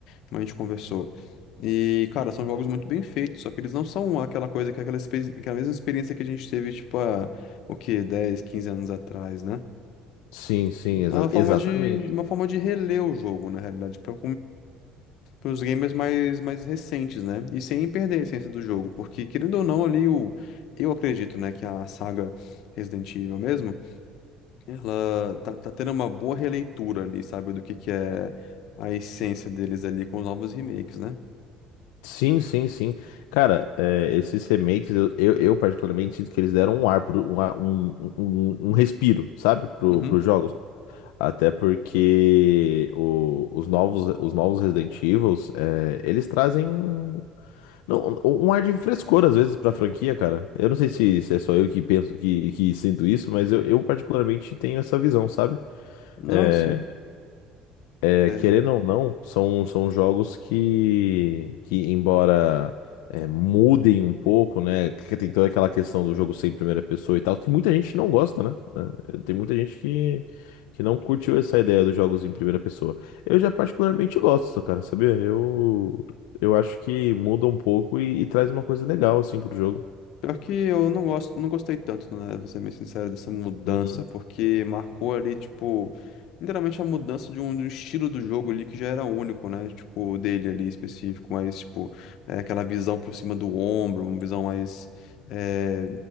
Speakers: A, on the left (about 65°); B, on the left (about 85°).
A: Como a gente conversou. E, cara, são jogos muito bem feitos, só que eles não são aquela coisa, que é aquela, experi- aquela mesma experiência que a gente teve, tipo, há, o quê? dez, 15 anos atrás, né?
B: Sim, sim, exa-
A: É uma forma
B: exatamente.
A: de, uma forma de reler o jogo, na realidade, para os gamers mais, mais recentes, né? E sem perder a essência do jogo, porque, querendo ou não, ali, o, eu acredito, né, que a saga Resident Evil mesmo, ela tá, tá tendo uma boa releitura ali, sabe, do que, que é a essência deles ali com os novos remakes, né?
B: Sim, sim, sim. Cara, é, esses remakes, eu, eu, eu particularmente sinto que eles deram um ar, pro, um, ar- um, um, um um respiro, sabe, pro,
A: Uhum.
B: pros jogos. Até porque o- os novos, os novos Resident Evils, é, eles trazem um, não, um um ar de frescor, às vezes, pra franquia, cara. Eu não sei se, se é só eu que penso, que, que sinto isso, mas eu, eu particularmente tenho essa visão, sabe?
A: Não,
B: Eh,
A: sim.
B: é,
A: É,
B: querendo ou não, são, são jogos que, que embora é, mudem um pouco, né? Que tem toda aquela questão do jogo ser em primeira pessoa e tal, que muita gente não gosta, né? É, tem muita gente que, que não curtiu essa ideia dos jogos em primeira pessoa. Eu já particularmente gosto, cara, sabia? Eu, eu acho que muda um pouco e, e traz uma coisa legal, assim, pro jogo.
A: Pior que eu não gosto, não gostei tanto, né? Vou ser bem sincero, dessa mudança,
B: Uhum.
A: porque marcou ali, tipo, literalmente a mudança de um, de um estilo do jogo ali que já era único, né? Tipo, dele ali específico, mas, tipo, é, aquela visão por cima do ombro, uma visão mais. É,